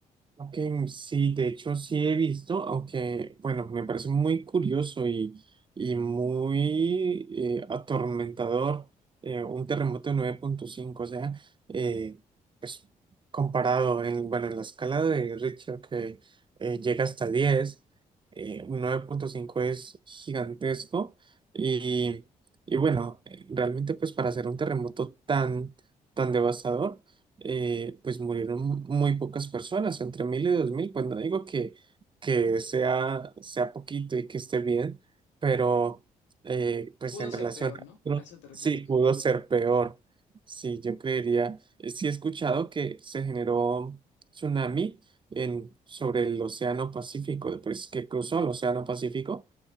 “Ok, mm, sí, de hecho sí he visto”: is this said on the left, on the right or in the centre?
Right